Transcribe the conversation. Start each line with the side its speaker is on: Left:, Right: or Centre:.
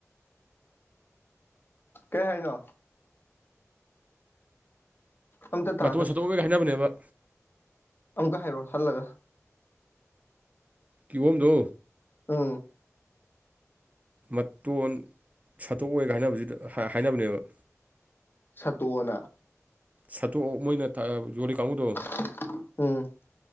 Left: ꯀꯩ ꯍꯥꯏꯅꯣ ꯑꯝꯇ ꯇꯥꯗ꯭ꯔꯦ
Right: ꯃꯇꯣꯟ ꯁꯠꯇꯣꯛꯄꯒ ꯍꯥꯏꯅꯕꯅꯦꯕ
Left: ꯑꯃꯨꯛꯀ ꯍꯥꯏꯔꯣꯛ ꯍꯜꯂꯒ
Right: ꯀꯤꯍꯣꯝꯗꯣ
Left: ꯎꯝ
Right: ꯃꯇꯣꯟ ꯁꯥꯠꯇꯣꯛꯑꯣꯒ ꯍꯥꯏꯅꯕꯁꯤꯗꯥ ꯍꯥꯏꯅꯕꯅꯦꯕ
Left: ꯁꯠꯇꯣꯛꯑꯣꯅ
Right: ꯁꯠꯇꯣꯛꯑꯣ ꯃꯣꯏꯅ ꯀꯥ ꯌꯣꯜꯂꯤ ꯀꯥꯡꯕꯨꯨꯗꯣ
Left: <unintelligible> ꯎꯝ